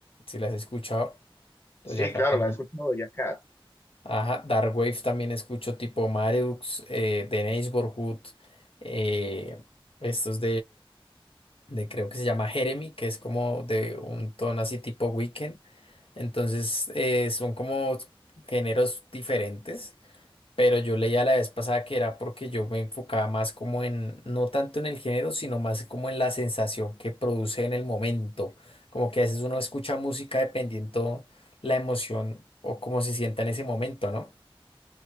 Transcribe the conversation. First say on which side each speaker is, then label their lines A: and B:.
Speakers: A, on the left; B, on the left.
A: si las has escuchado, Doja
B: Sí,
A: Cat
B: claro,
A: también.
B: la he escuchado ya, Kat.
A: Ajá, Dark Wave también escucho tipo Mareux, eh, The Neighborhood, eh, estos de creo que se llama Jeremy, que es como de un tono así tipo Weekend. Entonces eh, son como géneros diferentes, pero yo leía la vez pasada que era porque yo me enfocaba más como en, no tanto en el género, sino más como en la sensación que produce en el momento. Como que a veces uno escucha música dependiendo la emoción o cómo se sienta en ese momento, ¿no?